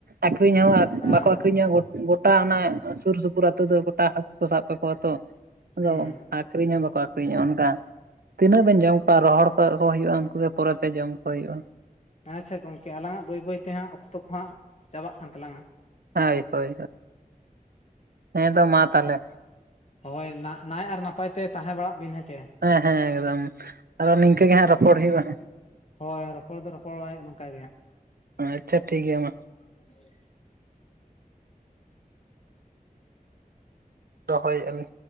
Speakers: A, on the right; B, on the left.
A: ᱟᱠᱷᱨᱤᱧ ᱦᱚᱸ
B: ᱟᱪᱪᱷᱟ
A: ᱵᱟᱠᱚ ᱟᱹᱠᱷᱨᱤᱧᱟ ᱜᱚᱴᱟ ᱚᱱᱟ ᱥᱩᱨ ᱥᱩᱯᱩᱨ ᱟᱹᱛᱩ ᱫᱚ ᱜᱚᱴᱟ ᱦᱟᱹᱠᱩ ᱠᱚ ᱥᱟᱵ ᱠᱟᱠᱚᱣᱟ ᱛᱚ ᱟᱫᱚ
B: ᱦᱩᱸ
A: ᱟᱠᱷᱨᱤᱧ ᱦᱚᱸ ᱵᱟᱠᱚ ᱟᱹᱠᱷᱨᱤᱧᱚᱜᱼᱟ ᱛᱤᱱᱟᱹᱜ ᱵᱮᱱ ᱡᱚᱢ ᱠᱚᱣᱟ ᱨᱚᱦᱚᱲ ᱠᱚ ᱠᱚ ᱦᱩᱭᱩᱜᱼᱟ ᱩᱱᱠᱩ ᱫᱚ ᱯᱚᱨᱮᱛᱮ ᱡᱚᱢ ᱠᱚ ᱦᱩᱭᱩᱜᱼᱟ
B: ᱟᱪᱪᱷᱟ ᱜᱚᱝᱠᱮ ᱟᱞᱟᱝᱟᱜ ᱵᱟᱹᱭᱼᱵᱟᱹᱭ ᱛᱮ ᱦᱟᱸᱜ ᱚᱠᱛᱚ ᱠᱚ ᱦᱟᱸᱜ ᱪᱟᱵᱟᱜ ᱠᱟᱱ ᱛᱟᱞᱟᱝᱟ
A: ᱦᱳᱭ ᱦᱳᱭ ᱦᱳᱭ ᱦᱮᱸ ᱫᱚ ᱢᱟ ᱛᱟᱦᱚᱞᱮ
B: ᱦᱳᱭ ᱱᱟ ᱱᱟᱭ ᱟᱨ ᱱᱟᱯᱟᱭ ᱛᱮ ᱛᱟᱦᱮᱸ ᱵᱟᱲᱟᱜ ᱵᱤᱱ ᱦᱮᱸᱪᱮ
A: ᱦᱮᱸ ᱦᱮᱸ ᱮᱠᱫᱚᱢ ᱟᱨᱦᱚᱸ ᱱᱤᱝᱠᱟᱹ ᱜᱮ ᱦᱟᱸᱜ ᱨᱚᱯᱚᱲ ᱦᱩᱭᱩᱜᱼᱟ
B: ᱦᱳᱭ ᱨᱚᱯᱚᱲ ᱫᱚ ᱨᱚᱯᱚᱲ <inaudible> ᱱᱚᱝᱠᱟ ᱜᱮ ᱦᱟᱸᱜ
A: ᱟᱪᱪᱷᱟ ᱴᱷᱤᱠ ᱜᱮᱭᱟ ᱢᱟ
B: <unintelligible>
A: ᱨᱚᱦᱚᱭᱮᱫᱼᱟ ᱞᱤᱧ